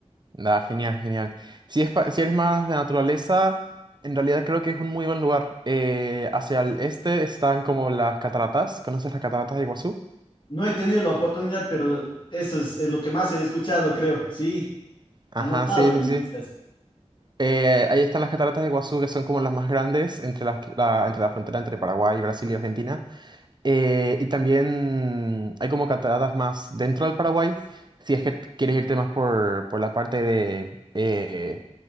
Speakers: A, on the right (about 40°); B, on the left (about 45°).
A: Nada, genial, genial. Si, es pa- si eres más de naturaleza, en realidad creo que es un muy buen lugar. Eh, hacia el este están como las cataratas. ¿Conoces las cataratas de Iguazú?
B: No he tenido la oportunidad, pero eso es, es lo que más he escuchado, creo. Sí,
A: Ajá,
B: anotado
A: sí,
B: en
A: sí,
B: mi
A: sí.
B: lista.
A: Eh, ahí están las cataratas de Iguazú, que son como las más grandes entre las- la, entre la frontera entre Paraguay, Brasil y Argentina. Eh, y también hay como cataratas más dentro del Paraguay, si es que t- quieres irte más por, por la parte de, eh,